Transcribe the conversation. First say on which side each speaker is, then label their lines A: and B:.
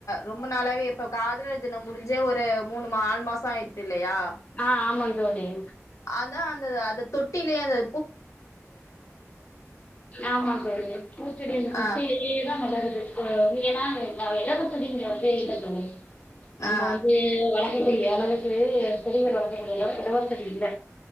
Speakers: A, on the left; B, on the left.
A: ரொம்ப நாளாவே இப்ப காதலர்தினம் முடிஞ்சே ஒரு மூணு நாலு மாசம் ஆயிடுச் இல்லயா
B: ஆ ஆமாங் தோழி
A: அதான் அந்த அத தொட்டி <unintelligible>
B: ஆமாடுது பூச்சடியந்து குட்டி
A: ஆ
B: ஏதா மத ஏனா ந் எல்ல கத்துதுங்க வத்தே இல்ல சொ நம்ம
A: ஆ ஆ
B: வந்து வக்க அளவுக்கு பெரியர் வளர்கக்கூடிய அளவுக்கு இடவசதி இல்ல